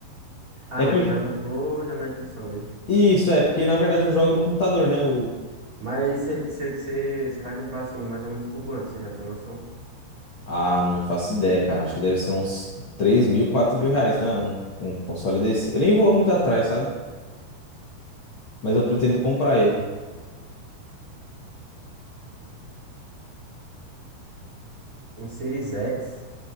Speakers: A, on the right (about 30°); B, on the left (about 75°).
A: Ah,
B: É
A: mas
B: que
A: tu já comprou já na intenção dele.
B: Isso, é, porque na verdade eu jogo no computador, né? O...
A: Mas você vai comprar assim, mais ou menos por quanto? Você já tem uma noção?
B: Ah, não faço ideia, cara. Acho que deve ser uns três mil, quatro mil reais, não é? Um, um console desse. Eu nem vou muito atrás, sabe? Mas eu pretendo comprar ele.
A: Um Series X,